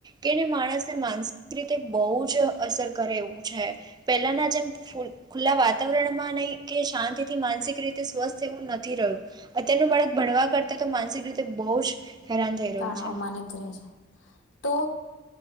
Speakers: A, on the right (about 20°); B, on the left (about 65°).
A: કેને માણસને માનસિક રીતે બહુ જ અસર કરે એવું છે પહેલાના જેમ ખુલ્લા વાતાવરણમાં નહી કે શાંતિ થી માનસિક રીતે સ્વસ્થ એવું નથી રહ્યું અત્યનું બાળક ભણવા કરતા તો માનસિક રીતે બહુ જ હેરાન થઈ રહ્યું
B: તણાવમાં
A: છે.
B: જ રહે છે તો